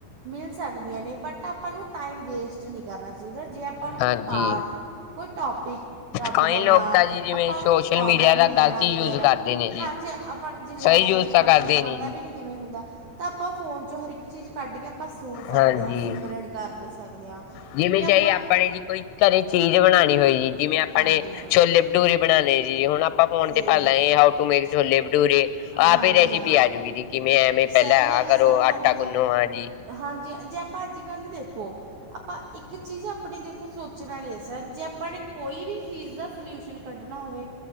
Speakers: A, on the right; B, on the left.
A: ਮਿਲ ਸਕਦੀਆਂ ਨੇ ਬਟ ਆਪਾਂ ਨੂੰ ਟਾਈਮ ਵੇਸਟ ਨਹੀਂ ਕਰਨਾ ਚਾਹੀਦਾ ਜੇ ਆਪਾਂ ਨੂੰ ਕੋਈ
B: ਹਾਂਜੀ।
A: ਪਾਠ ਕੋਈ ਟੋਪਿਕ ਰੱਬ
B: ਕਈ
A: ਦਾ ਨਾਮ
B: ਲੋਕ ਤਾਂ ਜੀ ਜਿਵੇਂ
A: ਆਪਾਂ ਨੂੰ
B: ਸੋਸ਼ਲ
A: ਆਉਂਦਾ
B: ਮੀਡੀਆ
A: ਨੀ
B: ਦਾ
A: ਲੈਣਾ
B: ਗ਼ਲਤ ਯੂਜ
A: ਵਗੈਰਾ
B: ਕਰਦੇ ਨੇ ਜੀ।
A: ਹਾਂਜੀ ਆਪਾਂ ਨੇ ਜੇ ਲੈਣਾ
B: ਸਹੀ ਯੂਜ
A: ਵੀ ਨੀ
B: ਤਾਂ
A: ਆਪਾਂ
B: ਕਰਦੇ
A: ਨੂੰ ਪਤਾ
B: ਜੀ,
A: ਵੀ ਨੀ ਕਿਵੇਂ ਹੁੰਦੈ ਤਾਂ ਆਪਾਂ ਫੋਨ ਚੋਂ ਹਰ ਇੱਕ ਚੀਜ਼ ਕੱਢ ਕੇ ਆਪਾਂ ਸੁਣ ਸਕਦੇ
B: ਹਾਂਜੀ।
A: ਹਾਂ ਸਿਮਰਨ ਕਰ ਸਕਦੇ ਆਂ
B: ਜਿਵੇਂ
A: ਵੀ ਆਪਾਂ
B: ਚਾਹੇ ਨੇ ਜੀ ਕੋਈ ਘਰੇ ਚੀਜ਼ ਬਣਾਣੀ ਹੋਈ ਜਿਵੇਂ ਆਪਣੇ
A: ਹਾਂਜੀ ਹਾਂ
B: ਛੋਲੇ ਭਟੂਰੇ ਬਣਾਣੇ ਜੀ ਹੁਣ ਆਪਾਂ ਫੋਨ
A: ਸਹੀ
B: ਤੇ ਭਰ
A: ਗੱਲ
B: ਲੇ how to make chole bhature ਆਪ
A: ਹਾਂਜੀ
B: ਹੀ ਰੈਸੀਪੀ
A: ਹਾਂ
B: ਆਜੂਗੀ ਜੀ ਕਿਵੇਂ ਐਵੇਂ
A: ਸਹੀ
B: ਪੈਲਾਂ
A: ਗੱਲ
B: ਆ ਕਰੋ
A: ਹੈ ਸਰ ਹਾਂਜੀ
B: ਆਟਾ
A: ਹਾਂ
B: ਗੁੰਨੋ ਆ ਜੀ
A: ਹਾਂਜੀ ਜੇ ਆਪਾਂ ਅੱਜ ਕੱਲ ਵੇਖੋ ਆਪਾਂ ਇੱਕ ਚੀਜ਼ ਆਪਣੀ ਦੇਖੋ ਸੋਚਣ ਆਲੀ ਐ ਸਰ ਜੇ ਆਪਾਂ ਨੇ ਕੋਈ ਵੀ ਚੀਜ਼ ਦਾ ਸਲਿਊਸ਼ਨ ਕੱਢਣਾ ਹੋਵੇ